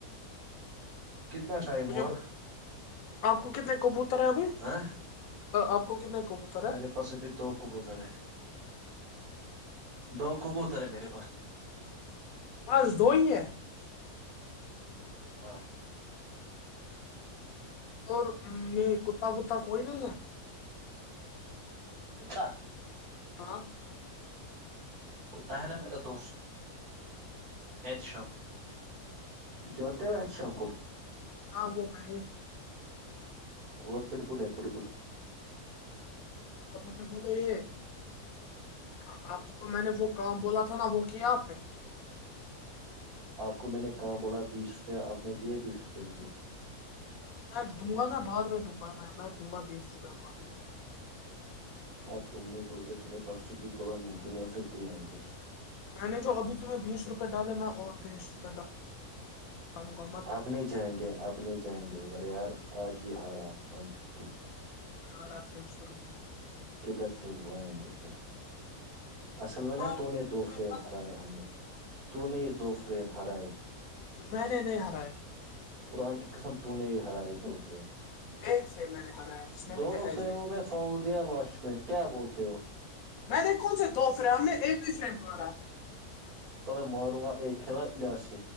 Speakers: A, on the right; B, on the left.
A: کتنا ٹائم
B: مجھے
A: ہوا
B: آپ کو کتنے کبوتر ا ابھی
A: ہ
B: آپ کو کتنے کبو تر ہے
A: میرے پاس ابھی دو کبوتر ہے دو کبوتر ہے میرے پاس
B: بس دو ہی ہیں
A: ہاں
B: اور یہ کتا بتا کوئی نہیں ہے
A: اچھا
B: ہاں
A: کوتا ہے نا میرا دوست ایچ شم جتے ہو ایچ شام کو <unintelligible>
B: ہاں ب ب ہے <unintelligible>
A: وہ پٹ بول ہے پٹ بول
B: آپ م نے بولو یہ <unintelligible> آپ کو میں نے وہ بولا تھا نا وہ کیا آپ نے
A: آپ کو میں نے کہاں بولا بیس روپیہ آپ نے دیا بیس روپے مجھے
B: میں دوں گا نا بعد میں دوں گا میں دوں گا بیس روپے بعد میں
A: ہاں تم نے تو ہو گیا تم نے پرسوں بھی بولا میں دوں گا پھر دیا ہی نہی
B: میں نے جو ابھی تمہیں بیس روپئے ڈالے میں اور بیس روپے ڈال مکمت
A: آپنے جائیں گے اپنے جائیں گے ادھر یار آج بھی ہارا بن فکر
B: ہرا ت سو روپئے
A: کدھر س لائن گے فر اصل
B: تمہار
A: میں نا تو نے دو
B: تمہیں
A: فریم
B: پتا
A: ہرائے ہم نے تو نے یہ دو فریم ہرائے
B: میں نی نہیں ہارا ہے
A: قرآن کی قسم تو نہیں ہرائی یہ دوفے
B: ایک سے میں نے ہرایا جس میں
A: دونوں
B: مجھے ایج
A: فریموں
B: نہیں
A: میں فاول دیا لاسٹ میں کیا بولتے ہو
B: میں نے کون سے دو فرینڈ ہم نے ایک ہی فرینڈ مارا
A: ایں مارو آاں ایک کھیلا لیا سے